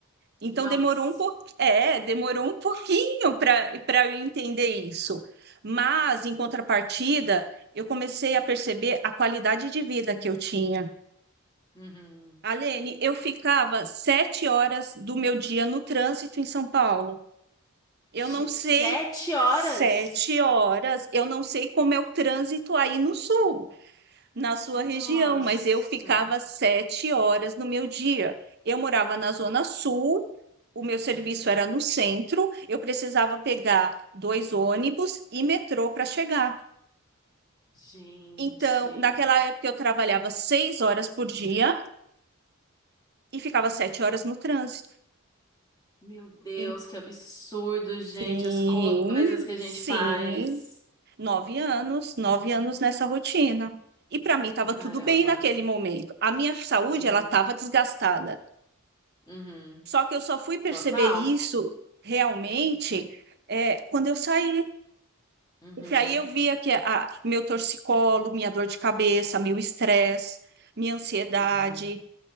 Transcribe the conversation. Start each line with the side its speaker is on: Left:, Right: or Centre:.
Right: Então
Left: Nossa.
Right: demorou um pouquinho, é, demorou um pouquinho para para eu entender isso. Mas em contrapartida, eu comecei a perceber a qualidade de vida que eu tinha.
Left: Uhum.
Right: Alene, eu ficava sete horas do meu dia no trânsito em São Paulo. Eu não
Left: Ge-
Right: sei
Left: Sete horas?
Right: sete horas, eu não sei como é o trânsito aí no sul na sua região,
Left: Nossa,
Right: mas eu ficava sete horas no meu dia. Eu morava na Zona Sul, o meu serviço era no centro, eu precisava pegar dois ônibus e metrô para chegar.
Left: gente.
Right: Então, naquela época, eu trabalhava seis horas por dia e ficava sete horas no trânsito.
Left: Meu Deus,
Right: Em-
Left: que absurdo, gente.
Right: Sim,
Left: As coisas que a gente
Right: sim,
Left: faz.
Right: nove anos, nove anos nessa rotina. E para mim estava
Left: Caramba.
Right: tudo bem naquele momento. A minha saúde,
Left: Uhum.
Right: ela estava desgastada.
Left: Uhum.
Right: Só que eu só fui perceber
Left: Total.
Right: isso realmente é, quando eu saí.
Left: Uhum.
Right: Porque aí eu via que a, meu torcicolo, minha dor de cabeça, meu estresse, minha ansiedade,
Left: Uhum.